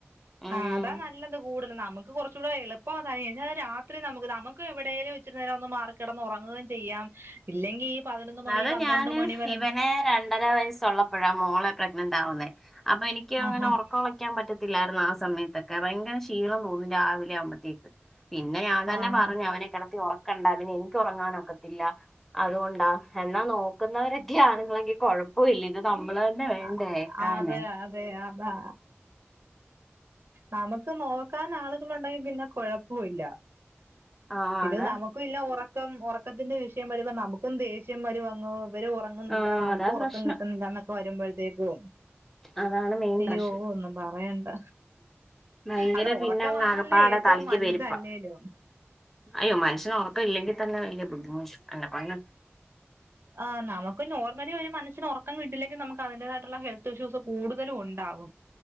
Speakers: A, in the centre; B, on the right (about 60°).
A: ഉം
B: ആഹ് അതാ നല്ലതും കൂടുതൽ നമുക്ക് കൊറ്ച്ചുകൂടെ എളുപ്പം അതായി ഞാൻ രാത്രി നമുക്ക് നമുക്ക് എവിടെലും ഇച്ചരി നേരവൊന്ന് മാറി കെടന്ന് ഒറങ്ങുകയും ചെയ്യാം ഇല്ലെങ്കി പതിനൊന്ന് മണി
A: അത്
B: പന്ത്രണ്ട്
A: ഞാന്
B: മണി വരെ
A: ഇവനെ രണ്ടര വയസ്സുള്ളപ്പോഴാ മോളെ പ്രഗ്നന്റ് ആവുന്നേ അപ്പൊ എനിക്ക് അങ്ങനെ
B: ആഹാ
A: ഒറക്കഒള ക്ക്യാൻ പറ്റത്തില്ലായിരുന്നു ആ സമയത്തൊക്കെ ഭയങ്കര ക്ഷീണം തോന്നും രാവിലെ ആവുമ്പഴത്തേക്ക് പിന്നെ ഞാൻ തന്നെ
B: ആഹാ
A: പറഞ്ഞു അവനെ കെടത്തി ഒറക്കണ്ട പിന്നെ എനിക്ക് ഒറങ്ങാൻ ഒക്കത്തില്ല അത്കൊണ്ടാ എന്നാ നോക്കുന്നവരൊക്കെ ആണുങ്ങളെങ്കി കൊയപ്പോല്ല ഇത് നമ്മള് തന്നെ വേണ്ടേ
B: ആഹ്
A: ക്കാന്
B: അതെ അതെ അതാ നമുക്ക് നോക്കാൻ ആളുകള്ണ്ടെങ്കിൽ പിന്നെ കൊഴപ്പുല്ല
A: ആഹ്
B: ഇത്
A: അതാ
B: നമുക്ക് പിന്നെ ഒറക്കം ഒറക്കത്തിന്റെ വിഷയം വരുമ്പോ നമുക്കും ദേഷ്യം വെരും അങ്ങ് ഇവര് ഒറ ന്നില്ല
A: ആഹ്
B: നമുക്ക്
A: അതാ
B: ഒറക്കം
A: പ്രശ്നം
B: കിട്ടുന്നില്ലന്നൊക്കെ വരുമ്പോഴത്തേക്കും
A: അതാണ് മെയിൻ
B: അയ്യോ
A: പ്രശ്നം
B: ഒന്നും പറയണ്ട
A: ഭയങ്കര
B: അത ഒറക്കമാണല്ലോ
A: പിന്നെ അങ്ങ് ആകപ്പാടെ
B: ഏറ്റവും
A: തലയ്ക്ക്
B: വല്തല്ലേലും
A: പെരുപ്പാ അയ്യോ മനുഷന് ഒറക്കം ഇല്ലെങ്കി തന്നെ വലിയ ബുദ്ധിമുട്ട്ണ്
B: ആഹ് നമുക്ക് നോർമലി ഒര് മനുഷ്യന് ഒറക്കം കിട്ടിയില്ലെങ്കിൽ നമുക്ക് അതിന്റെതാ ട്ടുള്ള ഹെൽത്ത് ഇഷ്യൂസ് കൂടുതലും ഉണ്ടാവും